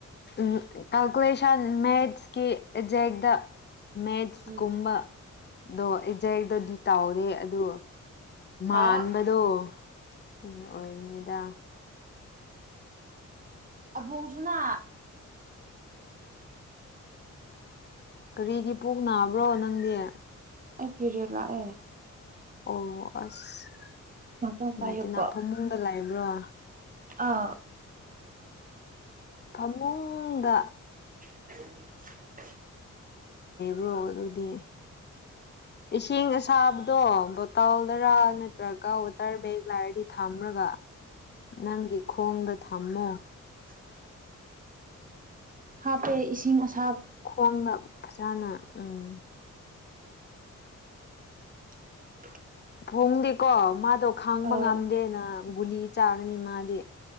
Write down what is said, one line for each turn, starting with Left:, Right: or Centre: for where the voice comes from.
Left: ꯎꯝ ꯀꯜꯀꯨꯂꯦꯁꯟ ꯃꯦꯠꯁꯀꯤ ꯖꯦꯛꯗ ꯃꯦꯠꯁ
Right: ꯎꯝ
Left: ꯀꯨꯝꯕꯗꯣ ꯑꯩꯖꯥꯏꯗꯗꯤ ꯇꯥꯎꯔꯦ ꯑꯗ ꯃꯥꯟꯕꯗꯣ
Right: ꯍꯥꯎ
Left: ꯀꯩꯅꯣ ꯑꯣꯏꯔꯅꯤꯗ
Right: ꯑꯕꯣꯡꯁꯨꯅ
Left: ꯀꯔꯤꯒꯤ ꯄꯨꯛ ꯅꯥꯕ꯭ꯔꯣ ꯅꯪꯗꯤ
Right: ꯑꯩ ꯄꯤꯔꯦ ꯂꯥꯛꯑꯦ
Left: ꯑꯣ ꯑꯁ ꯉꯅꯨꯡꯉꯥꯏꯇꯦꯅ
Right: ꯉꯥꯛꯇꯪ ꯄꯥꯏꯌꯨꯀꯣ
Left: ꯐꯃꯨꯡꯗ ꯂꯥꯛꯏꯕ꯭ꯔꯣ
Right: ꯑꯥ
Left: ꯐꯃꯨꯡꯗ
Right: <unintelligible>
Left: ꯭ꯔꯣ ꯑꯗꯨꯗꯤ ꯏꯁꯤꯡ ꯑꯁꯥꯕꯗꯣ ꯕꯣꯇꯥꯜꯗꯔꯥ ꯅꯠꯇ꯭ꯔꯒ ꯀ ꯑꯣꯇꯔ ꯕꯒ ꯂꯥꯛꯔꯗꯤ ꯊꯝꯔꯒ ꯅꯪꯒꯤ ꯈꯣꯡꯗ ꯊꯝꯃꯣ
Right: ꯎ ꯍꯥꯄꯦ ꯏꯁꯤꯡ ꯑꯁ
Left: ꯈꯣꯡꯗ ꯐꯖꯅ ꯎꯝ
Right: <inaudible>
Left: ꯐꯣꯡꯗꯤꯀꯣ ꯃꯥꯗꯣ ꯈꯥꯡꯕ
Right: ꯑꯥ
Left: ꯉꯝꯗꯦꯅ ꯒꯨꯂꯤ ꯆꯥꯒꯅꯤ ꯃꯥꯗꯤ